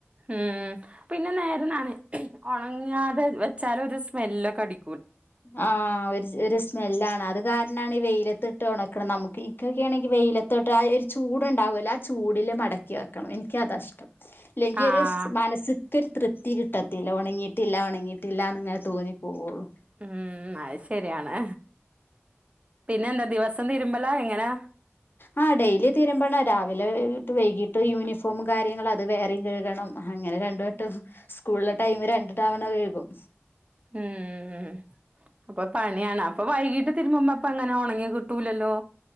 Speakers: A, on the right (about 30°); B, on the left (about 50°).
A: ഉം പിന്നെ നേരനാണ് ഉണങ്ങാതെ വെച്ചാലോരു സ്മെല്ലൊക്കെ അടി
B: ആഹ് ഒരു സ് ഒരു സ്മെല്ലാണ് അത് കാര്ണാണ് ഈ വെയിലത്തിട്ട് ഉണ ക്ക്ണ്. നമുക്ക് ഇക്കൊക്കെണെങ്കി വെയിലത്തോട്ട് ആഹ് ഒരു ചൂടുണ്ടാവോല്ലൊ ആ ചൂടില് മടക്കി വെക്കണം. എനിക്കത ഇഷ്ടം. ലെങ്കി
A: ആഹ്
B: ഒരുസ് മാനസി ക്ക് ഒരു തൃപ്തി കിട്ടത്തില്ല ഉണങ്ങിയിട്ടില്ല ഉണങ്ങിയിട്ടില്ലന്ന്ങ്ങെ തോന്നിപ്പോവോള്ളൂ.
A: ഉം അഹ് ശരിയാണ്. പിന്നെ എന്താ ദിവസം തതിരുമ്പലാ എങ്ങനാ?
B: ആഹ് ഡെയിലി തീരുമ്പണ രാവിലെ <unintelligible> വൈകിട്ട് യൂണിഫോം കാര്യങ്ങളൾ അത് വേറെം കഴുകണം. അങ്ങ രണ്ടു വട്ടം സ്കൂളിലെ ടൈമ് രണ്ട് തവണ കഴുകും.
A: ഉം ഉം പ്പൊ പണിയാണ് അപ്പൊ വൈകീട്ട് തിരുമ്പ്പ അപ്പൊ അങ്ങനെ ഒണങ്ങി കിട്ടൂലല്ലോ?